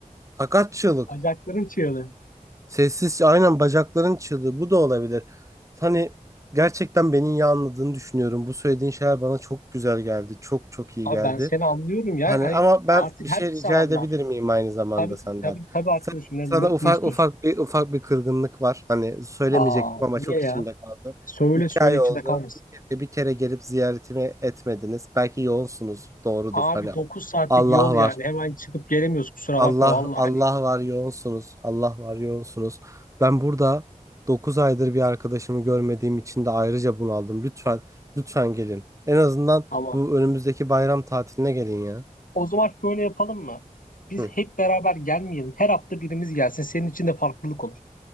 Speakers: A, on the right; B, on the left.
A: Sakat çığlık.
B: Bacakların çığlığı.
A: Sessiz, aynen bacakların çığlığı bu da olabilir. Hani gerçekten beni iyi anladığını düşünüyorum. Bu söylediğin şeyler bana çok güzel geldi. Çok çok iyi
B: Abi
A: geldi.
B: ben seni anlıyorum ya.
A: Hani
B: Hani
A: ama ben
B: artık
A: bir
B: her
A: şey
B: insan
A: rica
B: anlar.
A: edebilir miyim aynı zamanda
B: Tabii
A: senden?
B: tabii tabii arkadaşım
A: Sen,
B: ne,
A: sana
B: ne,
A: ufak
B: ne istiyorsun?
A: ufak bir ufak bir kırgınlık var. Hani söylemeyecektim
B: Aa
A: ama
B: niye
A: çok
B: ya?
A: içimde kaldı.
B: Söyle
A: İki
B: söyle
A: ay
B: içinde
A: oldu.
B: kalmasın.
A: Bir kere, bir kere gelip ziyaretimi etmediniz. Belki yoğunsunuz. Doğrudur.
B: Abi
A: Hani
B: 9 saatlik
A: Allah
B: yol
A: var.
B: yani hemen çıkıp gelemiyoruz kusura
A: Allah
B: bakma valla
A: Allah
B: hani
A: var yoğunsunuz. Allah var yoğunsunuz. Ben burada 9 aydır bir arkadaşımı görmediğim için de ayrıca bunaldım. Lütfen lütfen gelin. En azından
B: tamam.
A: bu önümüzdeki bayram tatiline gelin ya.
B: O zaman şöyle yapalım mı? Biz
A: Hı.
B: hep beraber gelmeyelim. Her hafta birimiz gelsin. Senin için de farklılık olur.